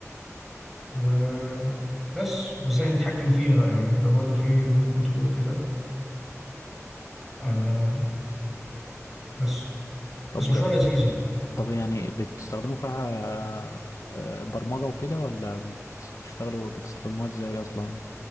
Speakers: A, in the centre; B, on the left.
A: وبس وازاي هنتحكم فيها بقى يعني يبقى برضه في ريموت كنترول كده آه بس
B: طب
A: بس مشروع
B: زي
A: لذيذ يعني
B: طب يعني بتستخدموا فيها آه، آه، برمجة وكده ولا بتس- بتشتغلوا بتستخدموها ازاي اصلا